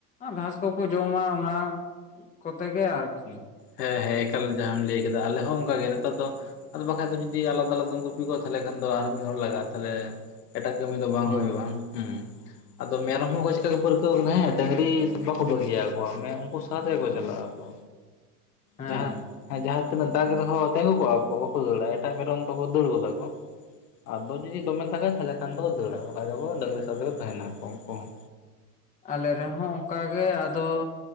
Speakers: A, on the left; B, on the left.
A: ᱜᱷᱟᱸᱥ ᱠᱚᱠᱚ ᱡᱚᱢᱟ ᱚᱱᱟ ᱠᱚᱛᱮ ᱜᱮ ᱟᱨᱠᱤ
B: ᱦᱮᱸ ᱦᱮᱸ ᱮᱠᱟᱞ ᱡᱟᱦᱟᱸᱟᱢ ᱞᱟᱹᱭ ᱠᱮᱫᱟ ᱟᱞᱮ ᱦᱚᱸ ᱚᱱᱠᱟᱜ ᱜᱮ ᱱᱮᱛᱟᱨ ᱫᱚ ᱟᱫᱚ ᱵᱟᱠᱟᱱᱡ ᱫᱚ ᱡᱩᱫᱤ ᱟᱞᱟᱫᱟ ᱟᱞᱟᱫᱟᱢ ᱜᱩᱯᱤ ᱠᱚᱼᱟ ᱛᱟᱱ ᱫᱚ ᱟᱨ ᱢᱤᱫ ᱦᱚᱲ ᱞᱟᱜᱟᱜᱼᱟ ᱛᱟᱦᱞᱮ ᱮᱴᱟᱜ ᱠᱟᱹᱢᱤ ᱫᱚ ᱵᱟᱝ
A: ᱦᱳᱭ
B: ᱦᱩᱭᱩᱜᱼᱟ ᱦᱮᱸ ᱟᱫᱚ ᱢᱮᱨᱚᱢ ᱦᱚᱸ ᱪᱮᱠᱟ ᱠᱚ ᱯᱟᱹᱨᱠᱟᱹᱣ ᱟᱠᱟᱱᱟ ᱦᱮᱸ ᱰᱟᱹᱝᱨᱤ ᱵᱟᱠᱚ ᱵᱟᱹᱜᱤᱭᱟᱚ ᱢᱮ ᱩᱱᱠᱩ ᱥᱟᱶᱛᱮᱜᱮ ᱠᱚ ᱪᱟᱞᱟᱜ ᱟᱠᱚ
A: ᱦᱮᱸ
B: ᱡᱟᱦᱟᱸ ᱦᱮᱸ ᱡᱟᱦᱟᱸ ᱛᱤᱱᱟᱹᱜ ᱫᱟᱜᱽ ᱨᱮᱦᱚᱸ ᱛᱤᱸᱜᱩ ᱠᱚᱜᱼᱟ ᱠᱚ ᱵᱟᱠᱚ ᱫᱟᱹᱲᱟ ᱮᱴᱟᱜ ᱢᱮᱨᱚᱢ ᱫᱚᱠᱚ ᱫᱟᱹᱲ ᱜᱚᱫᱟ ᱠᱚ ᱟᱫᱚ ᱡᱩᱫᱤ ᱫᱚᱢᱮᱢ ᱫᱟᱜᱠᱟᱭᱟ ᱛᱟᱦᱚᱞᱮ ᱠᱷᱟᱱ ᱫᱚ ᱫᱟᱹᱲᱟ ᱵᱟᱠᱷᱟᱡ ᱫᱚ ᱰᱟᱹᱝᱨᱤ ᱥᱟᱵ ᱨᱮ ᱠᱚ ᱛᱟᱦᱮᱱᱟ ᱩᱱᱠᱩ ᱦᱚᱸ
A: ᱟᱞᱮ ᱨᱮᱦᱚᱸ ᱚᱱᱠᱟᱜᱮ ᱟᱫᱚ